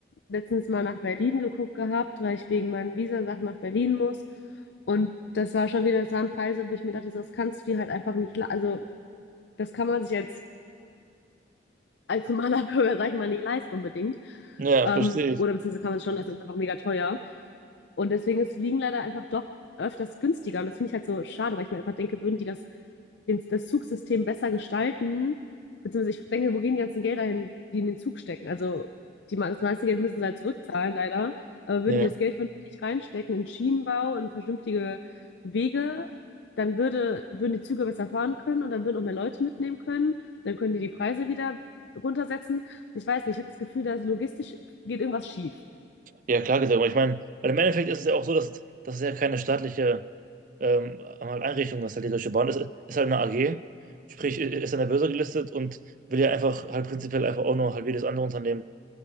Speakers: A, on the left; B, on the right.
A: letztens mal nach Berlin geguckt gehabt, weil ich wegen meinen Visasachen nach Berlin muss und das war schon wieder, das waren Preise, wo ich mir dachte, das kannst du dir halt einfach nicht, le- also das kann man sich als als normaler <laughs> Bürger, sag ich mal, nicht leisten unbedingt.
B: Ja,
A: Ähm,
B: verstehe ich.
A: oder beziehungsweise kann man es schon, das ist einfach mega teuer. Und deswegen ist Fliegen leider einfach doch öfters günstiger. Und das finde ich halt so schade, weil ich mir einfach denke, würden die das, den, das Zugsystem besser gestalten, beziehungsweise ich denke, wo gehen die ganzen Gelder hin, die in den Zug stecken? Also die, me- das meiste Geld müssen sie halt zurückzahlen, leider. Aber würden
B: Ja,
A: die das Geld vernünftig reinstecken in Schienenbau und vernünftige Wege, dann würde, würden die Züge besser fahren können und dann würden auch mehr Leute mitnehmen können. Dann können die die Preise wieder runtersetzen. Ich weiß nicht, ich habe das Gefühl, dass logistisch geht irgendwas schief.
B: ja klar gesagt. Aber ich meine, weil im Endeffekt ist es ja auch so, dass, das ist ja keine staatliche ähm, halt Einrichtung das ist halt die Deutsche Bahn, ist, ist halt eine AG, sprich ist an der Börse gelistet und will ja einfach halt prinzipiell einfach auch nur halt wie das andere Unternehmen